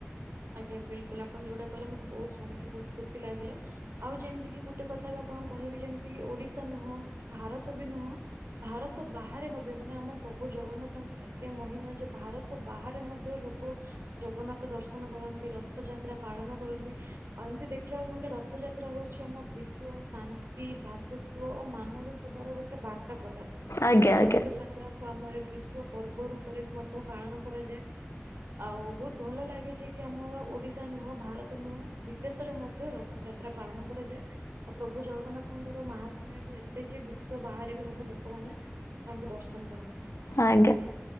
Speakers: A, on the right (about 60°); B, on the left (about 85°).
A: ଆଜ୍ଞା ବିଲକୁଲ ଆପଣ ଯୋଉଟା କହିଲେ ମତେ ବହୁତ ଶୁଣିକି ବହୁତ ଖୁସି ଲାଗିଲା ଆଉ ଯେମିତିକି ଗୋଟେ ଟେ କଥା ବି ଆପଣ କହିଵି ଯେମିତି କି ଓଡିଶା ନୁହଁ କି ଭାରତ ବି ନୁହଁ ଭାରତ ବାହାରେ ମଧ୍ୟ ମାନେ ଆମ ପ୍ରଭୁ ଜଗନ୍ନାଥଙ୍କର ଏତେ ମହିମା ଯେ ଭାର ତ ବାହାରେ ମଧ୍ୟ ଲୋକ ଜଗନ୍ନାଥ ଦର୍ଶନ କରନ୍ତି ରଥଯାତ୍ରା ପାଳନ କରନ୍ତି ଆଉ ଏମିତି ଦେଖିବାକୁ ଗଲେ ର ଥଯାତ୍ରା ହେଉଛି ଆମ ବିଶ୍ୱ ଶାନ୍ତି ଭ୍ରାତୃତ୍ୱ ଓ ମାନବ ସେବାର ଗୋଟେ ବାର୍ ତା ପ୍ରଦାନ କରେ
B: ଆଜ୍ଞା
A: ଆଉ
B: ଆଜ୍ଞା
A: ରଥଯାତ୍ରା କୁ ଆମର ବିଶ୍ଵ ପର୍ବ ରୂପରେ ବି ମଧ୍ୟ ପାଳନ କରାଯାଏ ଆଉ ବହୁତ ଭଲ ଲାଗେ ଯେ କି ଆମର ଓଡିଶା ନୁହଁ ଭାରତ ନୁହଁ ବିଦେଶରେ ମଧ୍ୟ ରଥଯାତ୍ରା ପାଳନ କରାଯାଏ ଆଉ ପ୍ରଭୁ ଜଗନ୍ନାଥଙ୍କର ମହାତ୍ମ୍ୟ ବି ଏତେ ଯେ ବିଶ୍ଵ ବାହାରେ ବି ମଧ୍ୟ ଲୋକମାନେ ତାଙ୍କୁ ଦର୍ଶନ କରନ୍ତି
B: ଆଜ୍ଞା